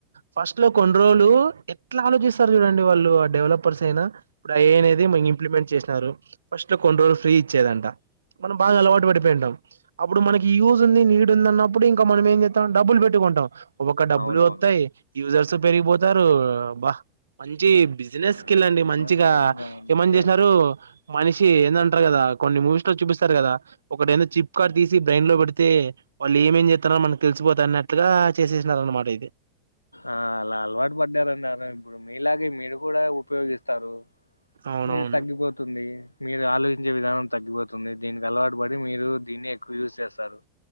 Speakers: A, on the right; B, on the left.
A: ఫస్ట్ లో కొన్నిరోలు ఎట్లా ఆలోచిస్తారు చూడండి వాళ్ళు ఆ డెవలపర్స్ అయినా ఇప్పుడు అవినేది మ ఇంప్లిమెంట్ చేసినారు ఫస్ట్ కొన్ని రోజులు ఫ్రీ ఇచ్చేదంట మనం బాగా అలవాటు పడిపోయింటాం అప్పుడు మనకి యూజ్ ఉంది నీడ్ ఉంది అన్నప్పుడు ఇంకా మనం ఏం చేద్దాం డబ్బులు పెట్టుకొంటాం ఒక్క డబ్బులు
B: అవునవును
A: వస్తయి యూజర్స్ పెరిగిపోతారు బా మంచి బిజినెస్
B: ఆ,
A: స్కిల్ అండి
B: అవునండి
A: మంచిగా
B: ఇంకా అంతే
A: ఏమని చేసినారు మనిషి ఏందంటరు కదా కొన్ని మూవీస్ లో చూపిస్తారు కదా ఒకటైనా చిప్ కార్ తీసి బ్రెయిన్ లో పెడితే వాళ్ళు ఏమేమి చేస్తున్నరో మనకి తెలిసిపోత అన్నట్టుగా చేసేసినార అనమాట ఇది
B: ఆ ఆలా అలవాటు పడ్డారున్నారు ఇప్పుడు మీలాగే మీరు కూడా ఉపయోగిస్తరు
A: అవునవును
B: మీరు తగ్గిపోతుంది మీరు ఆలోచించే విధానం తగ్గిపోతుంది దీనికి అలవాటు పడి మీరు దీన్ని ఎక్కువ యూజ్ చేస్తరు